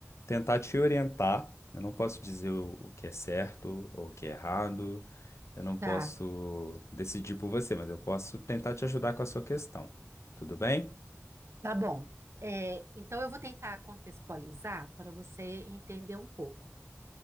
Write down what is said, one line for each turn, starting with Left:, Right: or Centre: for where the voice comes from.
Left: tentar te orientar. Eu não posso dizer o, o que é certo ou o que é errado. Eu não posso
Right: Tá,
Left: decidir por você, mas eu posso tentar te ajudar com a sua questão. Tudo bem?
Right: tá bom. É, então eu vou tentar contextualizar para você entender um pouco.